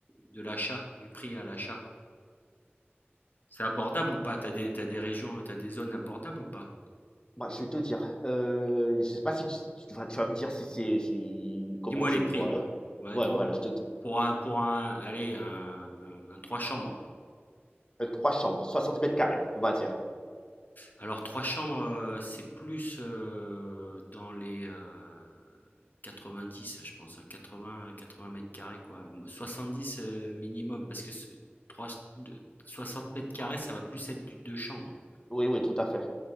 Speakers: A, on the left; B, on the left.
A: de l'achat, du prix à l'achat. C'est abordable ou pas? T'as des, t'as des régions, t'as des zones abordables ou pas?
B: bah, je vais te dire, euh, je sais pas si tu, tu vas, tu vas me dire si c'est, si, comment
A: Dis-moi
B: tu
A: les prix,
B: le vois,
A: ouais.
B: hein.
A: Ouais,
B: Ouais,
A: dis-moi.
B: voilà, je te,
A: Pour un, pour un, allez, un, un, un trois chambres.
B: euh, trois chambres, 70 mètres carrés, on va dire.
A: Alors, trois chambres, euh, c'est plus euh, dans les euh, 90, je pense, hein, 80, 80 mètres carrés, quoi. Mo- 70 euh, minimum, parce que ce- trois- deux- 60 mètres carrés, ça va plus être du deux chambres.
B: Oui, oui, tout à fait.